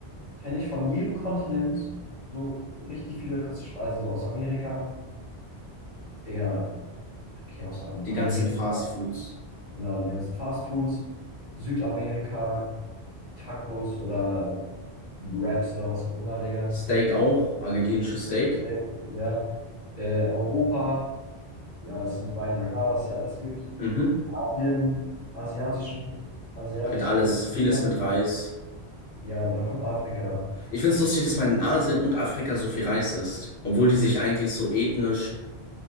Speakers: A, on the left (about 40°); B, on the left (about 75°).
A: Kenne ich von jedem Kontinent so richtig viele krasse Speisen, so aus Amerika. Digga, okay, aus Amerika,
B: Die ganzen Fast Foods.
A: genau, die ganzen Fastfoods, Südamerika, Tacos oder Wraps oder was auch immer, Digga.
B: Steak auch, argentinisches Steak.
A: Äh, Ja, äh, Europa, ja, ist uns beiden ja klar, was hier alles gibt.
B: Mhm.
A: Asien, asiatischen, asiatisches
B: Halt alles,
A: Essen,
B: vieles
A: kennt man.
B: mit Reis.
A: ja, und dann kommt Afrika.
B: Ich find's lustig, dass man in Asien und Afrika so viel Reis isst, obwohl die sich eigentlich so ethnisch